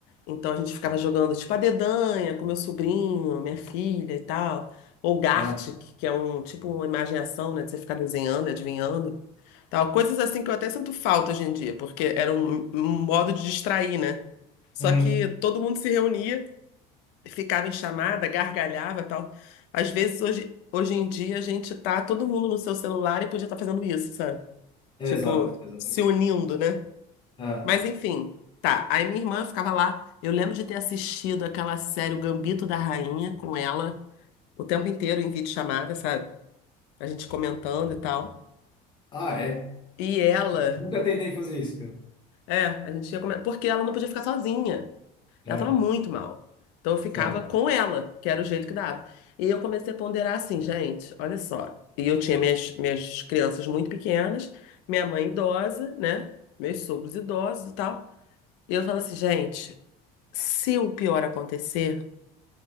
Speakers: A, on the left; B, on the left.
A: Então a gente ficava jogando tipo a dedanha com meu sobrinho, minha filha e tal. Ou Gartic,
B: Aham.
A: que é um tipo uma imagem e ação, né? De você ficar desenhando, adivinhando, tal. Coisas assim que eu até sinto falta hoje em dia, porque era um um modo de distrair, né? Só
B: Uhum.
A: que todo mundo se reunia, ficava em chamada, gargalhava e tal. Às vezes, hoje, hoje em dia, a gente tá todo mundo no seu celular e podia estar fazendo isso, sabe?
B: Exato,
A: Tipo,
B: exatamente.
A: se unindo, né?
B: Aham.
A: Mas enfim, tá. Aí minha irmã ficava lá. Eu lembro de ter assistido aquela série O Gambito da Rainha com ela o tempo inteiro em videochamada, sabe? A gente comentando e tal.
B: Ah, é?
A: E ela,
B: Nunca tentei fazer isso, cara.
A: é, a gente ia comentar, porque ela não podia ficar sozinha. Ela
B: Aham.
A: tava muito mal. Então eu ficava
B: certo.
A: com ela, que era o jeito que dava. E eu comecei a ponderar assim, gente, olha só. E eu tinha minhas, minhas crianças muito pequenas, minha mãe idosa, né? Meus sogros idosos e tal. E eu falo assim, gente, se o pior acontecer,